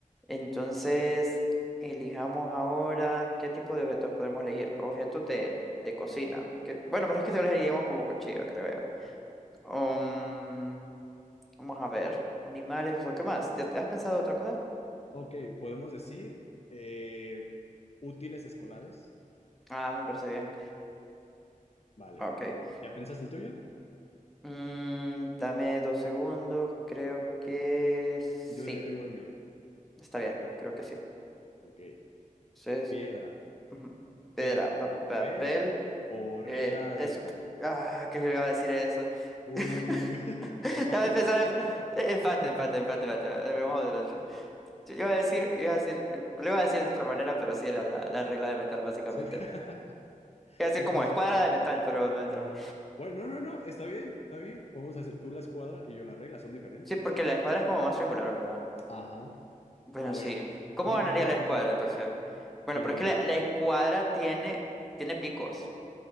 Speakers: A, in the centre; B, on the left.
A: entonces, elijamos ahora qué tipo de objetos podemos elegir. Objetos de, de cocina. Que, bueno, pero es que se elegiríamos como cuchillo, creo yo. Um, Vamos a ver. Animales o qué más. ¿Te, te has pensado otra cosa?
B: Ok, podemos decir eh, útiles escolares.
A: Ah, me parece bien.
B: Vale.
A: Ok.
B: ¿Ya pensaste el tuyo?
A: Mm, dame dos segundos. Creo que sí.
B: Yo ya tengo el mío.
A: Está bien.
B: Ok,
A: Creo que sí.
B: ok.
A: Entonces,
B: Piedra,
A: ujú. Piedra,
B: piedra,
A: pa-
B: papel
A: papel.
B: o
A: eh,
B: regla
A: es.
B: de metal.
A: Ah, ¿qué iba a decir eso?
B: Uh,
A: <laughs>
B: <laughs> empate.
A: Dame pensar otro. Eh,
B: <laughs>
A: Empate, empate, empate, empate. empate, Vamos a ver otro. Yo iba
B: Ok.
A: a decir, iba a decir, eh, lo iba a decir de otra manera, pero sí era la, la regla de metal,
B: La-
A: básicamente.
B: sí. <laughs>
A: Iba a decir
B: No,
A: como
B: pues
A: escuadra de metal, pero me
B: Ajá.
A: trabé.
B: Bueno, no, no, no, está bien, está bien. Podemos hacer tú la escuadra y yo la regla, son diferentes.
A: Sí, porque la escuadra es como más triangular, ¿verdad?
B: Ajá,
A: Bueno,
B: A
A: sí.
B: ver,
A: ¿Cómo
B: dime
A: ganaría
B: tú
A: la
B: por
A: escuadra
B: qué.
A: entonces? Bueno,
B: Dime,
A: pero es que
B: dime.
A: la, la escuadra tiene, tiene picos.